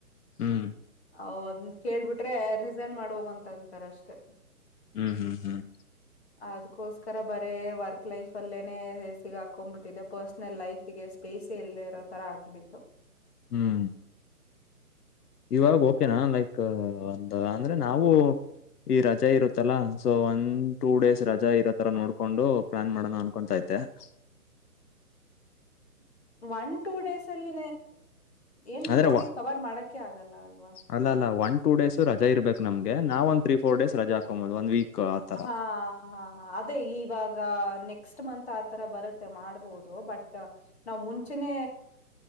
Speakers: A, on the left; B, on the left.
A: ಹ್ಮ್.
B: ಅ ಅದ ಕೇಳ್ಬಿಟ್ರೆ ರಿಸೈನ್ ಮಾಡ ಹೋಗಂತ ಅಂತಾರ ಅಷ್ಟೇ.
A: ಹ್ಮ್ ಹ್ಮ್ ಹ್ಮ್.
B: ಅದ್ಕೋಸ್ಕರ ಬರೇ ವರ್ಕ್ ಲೈಫ್ ಅಲ್ಲೇನೆ ಸಿಗಾಕೊಂಡ್ಬಿಟ್ಟಿದೆ ಪರ್ಸ್ಲ್. ಲೈಫಗೆ ಸ್ಪೇಸ್ ಎಲ್ಲದೇ ಇರೋ ಥರ ಆಗ್ಬಿಟ್ಟಿತ್ತು.
A: ಹ್ಮ್. ಇವಾಗ ಓಕೆನಾ ಲೈಕ್ ಒಂದ ಅಂದ್ರೆ ನಾವು. ಈ ರಜಾ ಇರುತ್ತಲ್ಲಾ ಸೊ ಒಂದ ಟೂ ಡೇಸ್ ರಜಾ ಇರೋ ತರ ನೋಡ್ಕೊಂಡು ಪ್ಲಾನ್ ಮಾಡೋಣ ಅನ್ಕೊತ ಇತ. ಅಂತ.
B: <unintelligible> ಒನ್ ಟೂ ಡೇಸ್ ಅಲ್ಲಿ ಏನ್
A: ಅಂದ್ರೆ
B: ನೋಡಿ ಕವರ್ ಮಾಡಕ ಆಗಲ್ಲ. ಅಲ್ವಾ
A: ಅಲ್ಲ ಅಲ್ಲ ಒನ್ ಟೂ ಡೇಸು ರಜ ಇರ್ಬೇಕ ನಮಗೆ ನಾವ್ ಒಂದ ತ್ೀ ಫೋರ್ ಡೇಸ್ ರಜಾ ಹಕೊಬೋುದು ಒಂದ ವೀಕ್. ಆತರ
B: ಹಾ ಹಾ ಹಾ ಅದೇ ಈವಾಗ. ನೆಕ್ಸ್ಟ್ ಮಂತ್ ಆರ ಬರುತ್ತೆ ಮಾಡಬಹುದು ಬಟ್ ನ್ ಮುಂ. ಮುಂಚನೆ